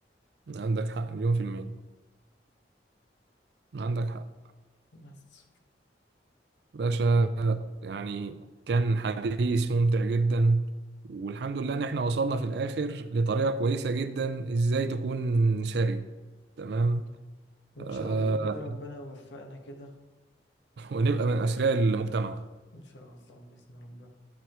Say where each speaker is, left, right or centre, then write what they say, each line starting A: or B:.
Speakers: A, on the right (about 65°); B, on the left (about 85°).
A: عندك حق مليون في المية عندك حق
B: بس
A: باشا
B: وإن
A: يعني كان حديث ممتع جدا والحمد لله ان احنا وصلنا في الاخر لطريقة كويسة جدا ازاي تكون ثري تمام
B: وإن
A: آه
B: شاء الله كده ربنا يوفقنا كده
A: ونبقى من اثرياء المجتمع
B: إن شاء الله بإذن ربنا